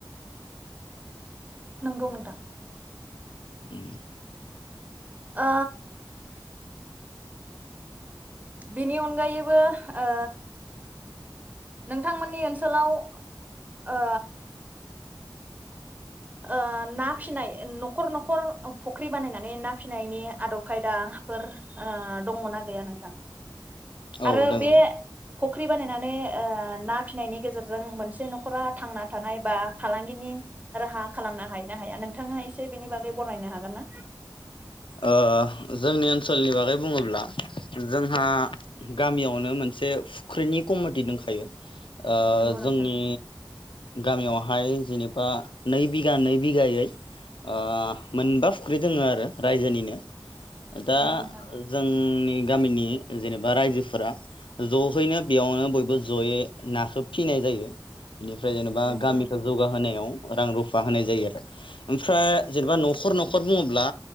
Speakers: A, on the right; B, on the left.
A: नंगौ नोंथां,
B: उम
A: ओ बिनि अनगायैबो ओ नोंथांमोननि ओनसोलाव ओ ओ ना फिसिनाय न'खर न'खर फुख्रि बानायनानै ना फिसिनायनि आदब खायदाफोर ओ दङना गैया नोंथां,
B: औ
A: आरो
B: दोङो
A: बे फुख्रि बानायनानै ओ ना फिनायनि गेजेरजों मोनसे न'खरा थांना थानाय बा फालांगिनि, राहा खालामनो हायो ना हाया नोंथाङा एसे बेनि बागै बरनायनो हागोन ना?
B: ओ जोंनि ओनसोलनि बागै बुङोब्ला जोंहा गामियावनो मोनसे फुख्रिनि कमिटि दंखायो, ओ
A: नंगौ
B: जोंनि
A: नोंथां
B: गामियावहाय जेनेबा नै बिगा नै बिघायै ओ मोनबा फुख्रि, दोङो आरो रायजोनिनो, दा
A: नंगौ नोंथां
B: जोंनि, जोंनि गामिनि जेनेबा रायजोफोरा जयैनो बेयावनो बयबो जयै नाखौ फिनाय जायो बेनिफ्राय जेनेबा
A: नंगौ
B: गामिखौ
A: नोंथां
B: जौगाहोनायाव रां रुफा होनाय जायो आरो ओमफ्राय जेन'बा न'खर न'खर बुङोब्ला